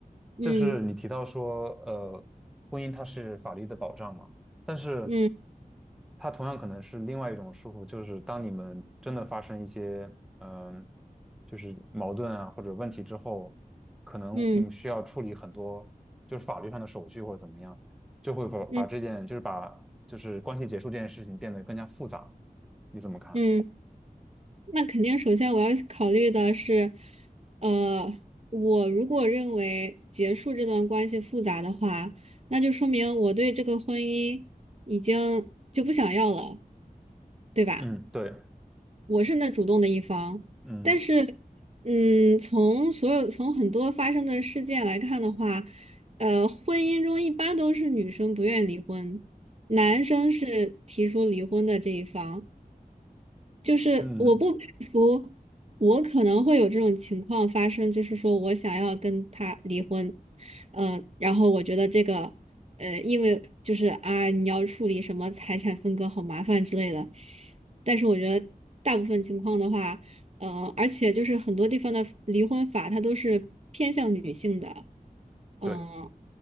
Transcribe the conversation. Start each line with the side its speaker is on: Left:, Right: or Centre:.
Right: 嗯
Centre: 就是你提到说，呃，婚姻它是法律的保障嘛，但是
Right: 嗯
Centre: 它同样可能是另外一种束缚，就是当你们真的发生一些，嗯，就是矛盾啊或者问题之后，可能你们需要处理很多就是法律上的手续或者怎么样，
Right: 嗯
Centre: 就会把把这件就是把就是关系结束这件事情变得更加复杂，
Right: 嗯
Centre: 你怎么看？
Right: 嗯，那肯定，首先我要考虑的是，呃，我如果认为结束这段关系复杂的话，那就说明我对这个婚姻已经就不想要了，对吧？
Centre: 嗯，对，
Right: 我是那主动的一方，
Centre: 嗯
Right: 但是，嗯，从所有从很多发生的事件来看的话，呃，婚姻中一般都是女生不愿离婚，男生是提出离婚的这一方。就是我不排除我可能会有这种情况发生，
Centre: 嗯。
Right: 就是说我想要跟他离婚，呃，然后我觉得这个，呃，因为就是啊，你要处理什么财产分割好麻烦之类的，但是我觉得大部分情况的话。嗯呃，而且就是很多地方的离婚法，它都是偏向女性的，嗯、
Centre: 对，